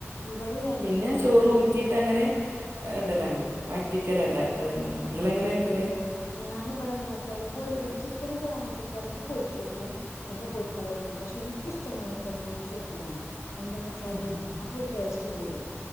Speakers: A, on the left; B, on the right.
A: ഇവിടെയും തന്നെ
B: പിന്നെ
A: എന്താ
B: ചോറ്
A: പിൻ
B: ഊറ്റിയിട്ടങ്ങനെ ഇടലാണ്
A: അയ്ക്ക് വിടും
B: വറ്റി ല്ല ദം ഇങ്ങളെങ്ങനെ വെക്കല്
A: ഞാൻ ഇവിടെ എങ്ങനെ വെച്ചാല് പൊരി ചിക്കനൊക്കെ ആണ്ച്ച ചെലപ്പോ പൊര്ച്ചു വെക്കും ചെലപ്പോ പൊരിക്കാതെവെക്കും പക്ഷേ എനിക്ക് ഇഷ്ടം എങ്ങനെയാന്ന് വെച്ചാ പൊരിച്ച് വെക്കണതാണ് എന്താന്ന് വെച്ചാല്
B: ആ
A: അപ്പൊ ഒരു ടേസ്റ്റ് കൂടും